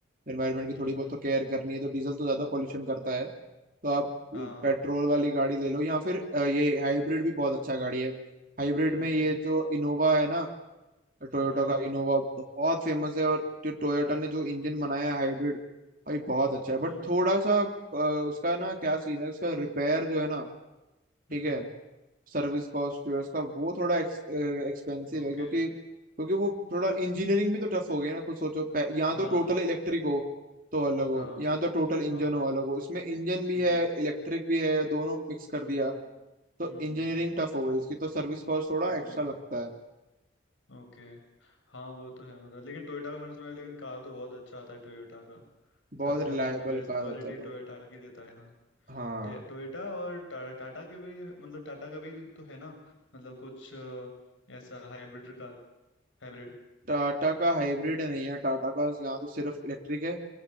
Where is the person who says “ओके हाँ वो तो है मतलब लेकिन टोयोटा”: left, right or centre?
Left